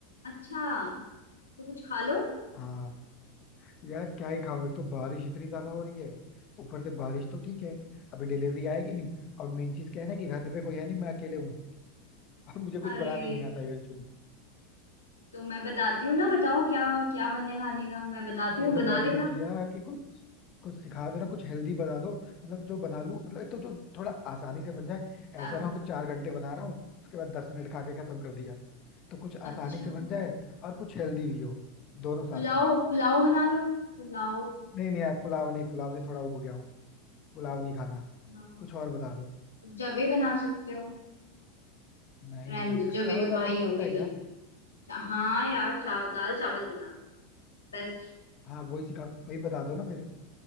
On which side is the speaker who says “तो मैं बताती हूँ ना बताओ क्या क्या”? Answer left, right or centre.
Left